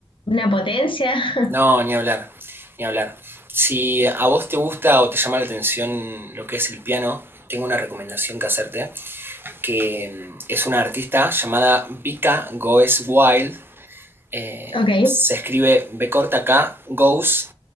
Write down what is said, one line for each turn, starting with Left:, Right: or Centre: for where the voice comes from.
Left: una potencia.
Right: No,
Left: <laughs>
Right: ni hablar, ni hablar. Si a vos te gusta o te llama la atención lo que es el piano, tengo una recomendación que hacerte, que mm, es una artista llamada Vika Goes Wild. eh,
Left: Ok,
Right: se escribe B corta K, Goes